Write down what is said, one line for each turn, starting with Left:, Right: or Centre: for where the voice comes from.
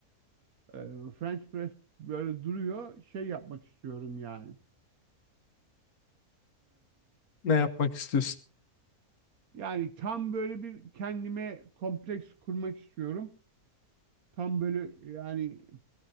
Right: Ee, French press böyle duruyor. Şey yapmak istiyorum yani.
Left: Ne yapmak istiyorsun?
Right: Yani tam böyle bir kendime kompleks kurmak istiyorum. Tam böyle yani